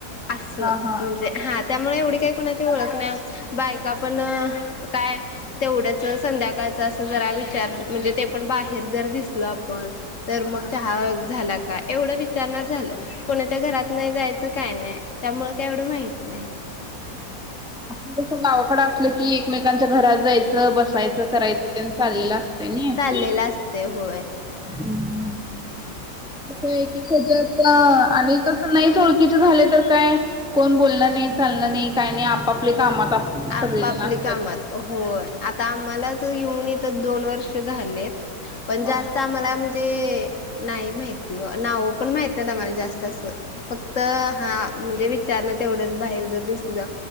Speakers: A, on the left; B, in the centre.
A: असं,
B: हा हा.
A: म्हणजे हा त्यामुळे एवढी काही कोणाची ओळख नाही, बाईका पण काय तेवढंच संध्याकाळच असं जरा विचारतेत, म्हणजे ते पण बाहेर जर दिसल आपण तर
B: हा.
A: मग, चहा झाला का एवढं विचारणार झालं. कोणाच्या घरात नाही जायचं, काय नाही त्यामुळ काय एवढं माहित नाही.
B: आपण गावाकडं असल की, एकमेकांच्या घरात जायचं बस सायच, करायचं, तेन चाललेलं असतंय नाई.
A: चाललेल अस तय, होय.
B: हम्म. होय की <unintelligible> आणि तसं नाहीच ओळखकीचे झाले तर काय कोण बोलणं नाही, चालण नाही, काही नाही, आपापले कामात आप
A: आपापली
B: सगळेजण असतात.
A: कामात हो होय. आता आम्हालाच येऊन इथ दोन वर्ष झालेत, पण
B: हा.
A: जास्त आम्हाला ते नाही माहिती, नाव पण माहित नाही आम्हाला जास्त असं फक्त हा, म्हणजे विचारण तेवढंच बाहेर जर दिसलं